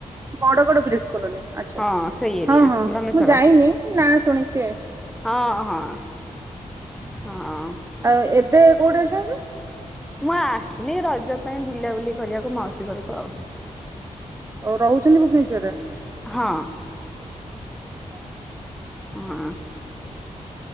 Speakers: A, on the right; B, in the centre.
A: Badagada Brit colony ଆଚ୍ଛା
B: ହଁ
A: ଆଚ୍ଛା
B: ସେଇ ଏରିଆ
A: ହଁ ହଁ
B: ବ୍ରହ୍ମେଶ୍ଵର।
A: ମୁଁ ଯାଇନି ନାଁ ଶୁଣିଛି।
B: ହଁ ହଁ ହଁ।
A: ଆଉ ଏବେ କୋଉଠି ଅଛନ୍ତି?
B: ମୁଁ ଆସଥିଲି ରଜ ପାଇଁ ବୁଲା ବୁଲି କରିବାକୁ ମାଉସୀ ଘରକୁ ଆଉ।
A: ଓ ରହୁଛନ୍ତି ଭୁବନେଶ୍ୱର ରେ?
B: ହଁ
A: ହ
B: ହଁ